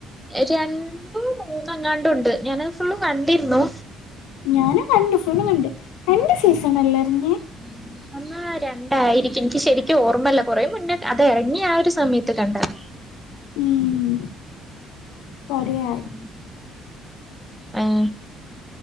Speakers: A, in the centre; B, on the left.
A: രണ്ടു മൂന്ന ങ്ങാണ്ട് ഉണ്ട് ഞാനത് ഫുള്ള് കണ്ടിരുന്നു
B: ഞാനും കണ്ടു ഫുള്ളും കണ്ട്. രണ്ട് സീസണ ല്ലെ എർങ്ങിയ
A: <unintelligible> ആഹ് രണ്ടായിരിക്കും നിക്ക് ശരിക്കും ഓർമ്മല്ല കൊറേ മുന്നെ അത് എറങ്ങി ആ ഒരു സമയത്ത് കണ്ടതാ
B: ഉം കൊ റേയായി
A: ഉം ഏ ഹ്